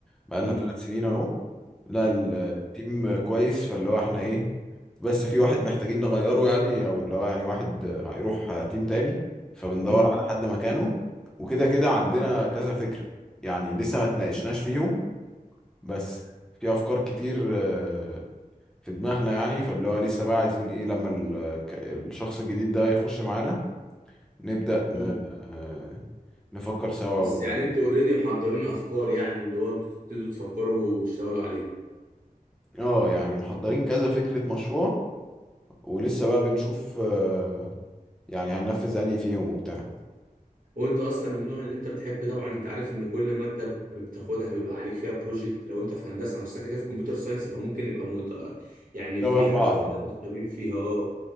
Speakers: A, in the centre; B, on the right (about 70°).
A: بقالنا
B: امم
A: ثلاث سنين اهو لا ال- التيم كويس فاللي هو احنا ايه بس في واحد محتاجين نغيره يعني او اللي هو يعني واحد هيروح تيم تاني فبندور
B: امم
A: على حد مكانه وكده كده عندنا كذا فكرة يعني لسه ما تناقشناش فيهم بس في افكار كتير آه، في دماغنا يعني فاللي هو لسه بقى عايزين ايه لما ال- الشخص الجديد ده يخش معانا نبدأ ن...
B: امم
A: آه، نفكر سوا
B: بس
A: وبتاع
B: يعني انتوا اوريدي محضرين افكار يعني اللي هو انتوا تبتدوا تفكروا وتشتغلوا عليها
A: اه يعني محضرين كذا فكرة مشروع ولسه بقى بنشوف
B: مم.
A: آه، يعني هننفذ انهي فيهم وبتاع
B: هو انت اصلا من النوع اللي انت بتحب طبعا انت عارف ان كل ماده بتاخدها بيبقى عليك فيها بروجكت لو انت في هندسه نفسك كده في كمبيوتر ساينس فممكن نبقى مت... يعني
A: شبه
B: في
A: بعض
B: حاجات كده
A: اه
B: متشابهين فيها اه